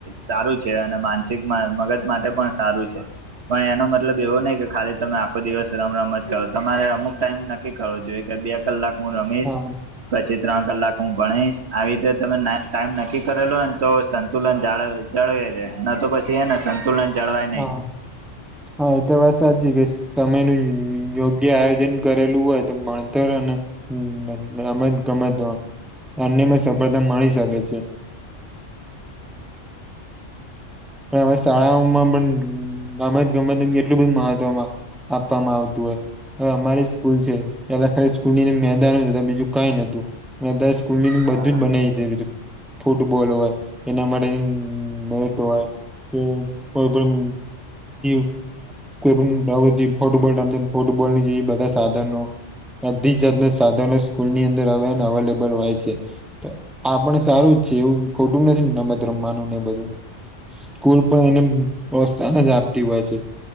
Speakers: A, on the right; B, in the centre.
A: સારું છે અને માનસિક મગજ માટે પણ સારું છે. પણ એનો મતલબ એવો નહ કે ખાલી તમે આખો દિવસ રમ રમ જ કરો. તમારે અમુક ટાઈમ કી કરવો જોઈએ કે બે કલાક હું રમીશ
B: હા
A: પછી ત્રણ કલાક હું ભણીશ આવી તમે ટાઈમ નક્કી કરેલો હો ને તો સંતુલન જાળ જાળવે રહે ન તો પછી છે અને સંતુલન જળવાય
B: હા
A: નહીં.
B: હા એ તો વાત સાચી કે સમય ન યોગ્ય આયોજન કરેલું હોય તો ભણતર અને હમ અમે જ ગમેત અનમાં સફળતા માણી શકે છે. પણ હવે શાળાઓમાં પણ રમત-ગમત કેટલું બધું મહત્વમાં આપવામાં આવતું હોય. હ અમારી સ્કૂલ છે, પેલા ખાલી સ્કૂલ ની મેદાન જ બીજું કઈ નતું ને અત્યારે સ્કૂલ ની અંદર
A: હા
B: બધું જ બનાવી દીધું હતું. ફૂટબોલ હોય તેના માટે નેટ હોય કે કોઈ પણ <unintelligible> કોઈ પણ પ્રવૃતિ ફોટબોલમ ફોટબોલની જે બધા સાધનો બધી જાતના સાધનો સ્કૂલ ની અંદરવે અવેલેબલ હોય છે. તો આ પણ સારું જ છે એવું ખોટું નથી ને રમત રમવાનું ને એ બધું. સ્કૂલ પણ એને પ્રોસ્સાહન જ આપતી હોય છે.